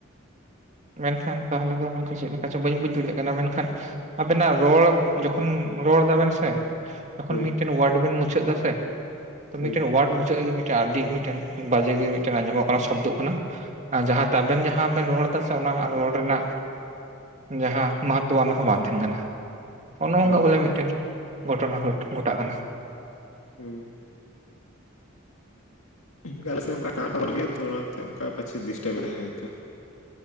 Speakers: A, on the right (about 35°); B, on the left (about 70°).
A: ᱢᱮᱱᱠᱷᱟᱱ ᱛᱟᱦᱚᱞᱮ ᱫᱚ ᱜᱚᱝᱠᱮ ᱪᱮᱫ ᱞᱮᱠᱟ ᱪᱚ ᱵᱟᱹᱧ ᱵᱩᱡ ᱫᱟᱲᱮᱭᱟᱜ ᱠᱟᱱᱟ ᱢᱮᱱᱠᱷᱟᱱ ᱟᱵᱮᱱᱟᱜ ᱨᱚᱲ ᱡᱚᱠᱷᱚᱱ ᱨᱚᱲ ᱫᱟᱵᱮᱱ ᱥᱮ ᱡᱚᱠᱷᱚᱱ
B: ᱦᱳᱭ
A: ᱢᱤᱫᱴᱮᱱ ᱣᱟᱨᱰ ᱵᱮᱱ ᱢᱩᱪᱟᱹᱜ ᱫᱟᱥᱮ ᱛᱚ
B: ᱦᱳᱭ
A: ᱢᱤᱫᱴᱮᱱ ᱣᱟᱨᱰ ᱢᱩᱪᱟᱹᱫ ᱨᱮᱜᱮ ᱟᱰᱤ ᱵᱟᱡᱮ ᱜᱮ ᱢᱤᱫᱴᱮᱱ ᱟᱸᱡᱚᱢᱚᱜ ᱠᱟᱱᱟ᱾ ᱥᱚᱵᱫᱚᱜ ᱠᱟᱱᱟ ᱟᱨ ᱡᱟᱦᱟᱸᱛᱮ ᱟᱵᱮᱱ ᱡᱟᱦᱟᱸ ᱵᱮᱱ ᱨᱚᱲ ᱮᱫᱟ ᱚᱱᱟ ᱨᱚᱲ ᱨᱮᱱᱟᱜ ᱡᱟᱦᱟᱸ ᱢᱟᱦᱚᱛᱛᱚ ᱚᱱᱟ ᱦᱚᱸ ᱵᱟᱝ ᱛᱟᱦᱮᱱ ᱠᱟᱱᱟ᱾ ᱚᱱᱚ ᱚᱝᱠᱟ
B: ᱦᱳᱭ
A: ᱵᱚᱞᱮ ᱢᱤᱫᱴᱮᱱ ᱜᱷᱚᱴᱚᱱᱟ ᱜᱷᱚᱴᱟᱜ ᱠᱟᱱᱟ᱾
B: ᱦᱮᱸ᱾ ᱤᱱᱠᱟᱹ ᱟᱞᱮ ᱥᱮᱫ ᱢᱟ ᱴᱟᱣᱟᱨ ᱠᱚ ᱵᱟᱱᱩᱜ ᱜᱮᱭᱟ ᱛᱳ ᱚᱱᱟᱛᱮ ᱚᱱᱠᱟ ᱯᱟᱪᱮ ᱰᱤᱥᱴᱟᱰ ᱮᱫᱟᱭ ᱦᱚᱭ ᱛᱚ᱾